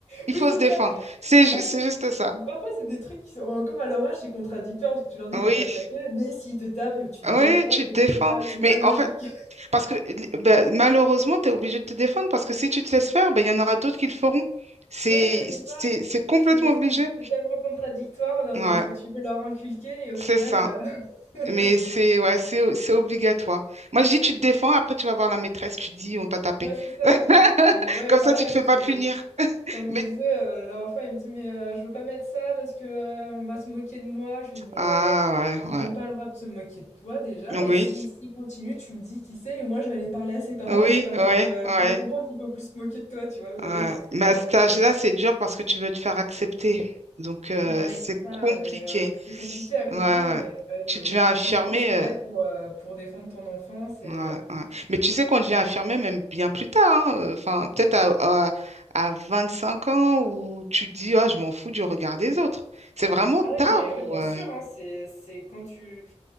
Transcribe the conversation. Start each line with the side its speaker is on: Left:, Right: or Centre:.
Right: Il
Left: Oui,
Right: faut
Left: c'est
Right: se défendre.
Left: ça.
Right: C'est
Left: Mais tu
Right: ju-
Left: vois,
Right: c'est
Left: c'est
Right: juste ça.
Left: parfois c'est des trucs qui sont encore à leur âge, c'est contradictoire parce que tu leur dis
Right: Oui,
Left: faut pas taper, mais s'ils te tapent et tu te
Right: oui,
Left: défends,
Right: tu
Left: tu
Right: te défends.
Left: vois, c'est pas c'est
Right: Mais
Left: pas logique.
Right: en fait,
Left: <laughs>
Right: Parce que li- bah, malheureusement, tu es obligé de te défendre parce que si tu te laisses faire, ben il y en aura d'autres qui le feront. C'est,
Left: Ouais, non, mais c'est ça.
Right: c'est, c'est complètement
Left: C'est
Right: obligé.
Left: c'est- c'est tellement contradictoire dans,
Right: Ouais,
Left: dans ce que tu veux leur inculquer et au
Right: c'est
Left: final,
Right: ça.
Left: euh, <laughs>
Right: Mais c'est ouais, c'est, c'est obligatoire. Moi, je dis, tu te défends, après tu vas voir la maîtresse, tu dis, on t'a tapé.
Left: ouais, c'est ça.
Right: <laughs>
Left: Mais ouais,
Right: Comme
Left: pareil,
Right: ça, tu te fais
Left: parce
Right: pas
Left: que
Right: punir.
Left: Comme on
Right: Mais...
Left: disait, heu, la dernière fois, il me dit: «Mais heu, je veux pas mettre ça parce que, heu, on va se moquer de moi». Je lui dis: «Mais
Right: Ah
Left: heu, ils
Right: ouais,
Left: n'ont
Right: ouais.
Left: pas le droit de se moquer de toi déjà
Right: Oui,
Left: et si
Right: c-
Left: s'ils continuent, tu me dis qui c'est et moi je vais aller parler à ses parents
Right: oui,
Left: et tu vas voir,
Right: ouais,
Left: qu'il va
Right: ouais.
Left: tu vas comprendre qu'il faut plus se moquer de toi», tu vois? Mais
Right: ouais.
Left: <laughs>
Right: Mais à cet âge-là, c'est dur parce que tu veux te faire accepter. Donc, euh,
Left: bah oui,
Right: c'est
Left: c'est ça
Right: compliqué.
Left: Hein, et heu, c'est compliqué à comprendre
Right: Ouais, ouais.
Left: mais ouais,
Right: Tu
Left: c'est
Right: deviens affirmé.
Left: jusqu'où tu irais
Right: euh,
Left: pour, heu, pour défendre ton enfant, c'est
Right: Ouais,
Left: ouais.
Right: ouais. Mais tu sais qu'on devient infirmier même bien plus tard, hein, euh, Enfin, peut-être à, à, à cinq ans où tu te dis, oh, je m'en fous du regard des autres. C'est vraiment
Left: Ah oui,
Right: tard
Left: mais
Right: ou
Left: oui, bien
Right: euh,
Left: sûr, hein, c'est c'est quand tu